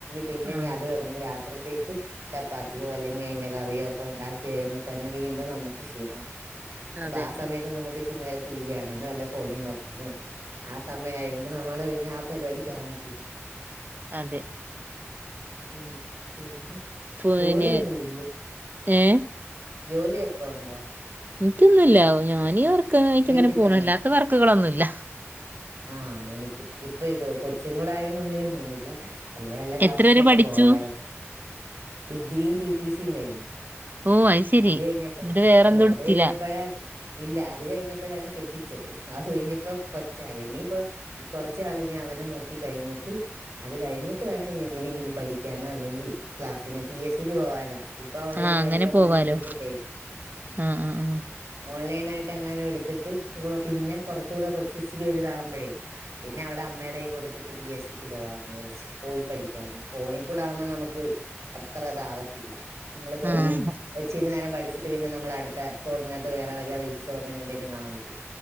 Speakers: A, on the right; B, on the right.
A: പിന്നെനി
B: ആ
A: അത് കെടന്ന് രാ ത്രത്തേക്ക് ചപ്പാത്തിയോ അല്ലെങ്കി അയ്ന്റെ കറിയോ ഒക്കെ ഉണ്ടാക്കി വരുമ്പോതന്നെ വീണ്ടും നമുക്ക് ക്ഷീണാവും അപ്പൊ
B: അതെ
A: ആ സമയത്ത് നമുക്ക് ചിൻ വര ടി വി കാണാനോ അല്ലെ ഫോണി നോക്കാനോ ആ സമയ ആയോണ്ട് നമ്മള് പിന്നെ ആ പരിപാടിക്ക് ഇറങ്ങത്തില്ല
B: അതെ
A: ഉം പിന്നെ
B: പിന്നെ
A: ജോലിയൊന്നും ഇല്ലേ
B: ഏ
A: ജോലിയൊക്കെ ഉണ്ടോ
B: എനിക്കൊന്നുംല്ല ഞാനീ ഒർ ക്ക്
A: വീട്ടിൽ
B: ഇങ്ങനെ പോണല്ലാത്ത
A: തന്നെ
B: വർക്കുകളൊന്നുമല്ല
A: ആഹ് എനിക്കും ഇപ്പൊ ഇത് കൊച്ചും കൂടെ ആയതോണ്ട് ഒന്നിനും പോവുന്നില്ല അല്ലെ വല്ല ക്ലാസ്സിനൊക്കെ
B: എത്ര വരെ പഠിച്ചു
A: പോവായിരുന്നു ഡിഗ്രിയും ടി ടിടിസിയും കഴിഞ്ഞു
B: ഓ ശെരി
A: അത് കഴിഞ്ഞപ്പ
B: എന്നിട്ട് വേറെന്തും
A: ഓ
B: എടുത്തില്ല
A: അത് കഴിഞ്ഞപ്പഴാ ഇല്ല അത് കഴിഞ്ഞപ്പോഴാണ് കെട്ടിച്ചത് അത് കഴിഞ്ഞപ്പോ കൊച്ചായി ഇനിയിപ്പോ കുറച്ച് നാൾ ഇനി അവനെ നോക്കി കഴിഞ്ഞിട്ട് അത് കഴിഞ്ഞിട്ട് വേണം ഇനി എന്തിനെങ്കിലും പഠിക്കാനോ അല്ലെങ്കിൽ ക്ലാസ്സിനോ പി എസ് സിക്ക് പോകാനോ ഇപ്പൊ ഓൺലൈൻ
B: ആഹ്
A: ആയിട്ട് അങ്ങനെ
B: പോവാലോ
A: എടുത്തിട്ടേ
B: ആഹ് ആഹ്
A: ഓൺലൈ റ്റങ്ങാനും എടുത്തിട്ട് പിന്നെ കുറച്ച് കൂടെ കൊച്ച് ഇച്ചിരി വലുതാകുമ്പോഴേ പിന്നെ അവിടെ അമ്മയുടെ കയ്യിൽ കൊടുത്തിട്ട് പി എസ് സിക്ക് പോവാന്ന് വിചാരിച്ചു പോയി പഠിക്കാന്ന് ഫോണി ആകുമ്പോ നമുക്ക് അത്ര ഇതാവത്തില്ല നമ്മള് ഫോണി
B: ആഹ്
A: ഒച്ചിരി നേരം പഠിച്ച് പിന്നെ നമ്മള് അടുത്ത ഫോണിനകത്ത് വേറെ വല്ലെ റീൽസ് അങ്ങനെ എന്തെങ്കിലും കാണാൻ പോകും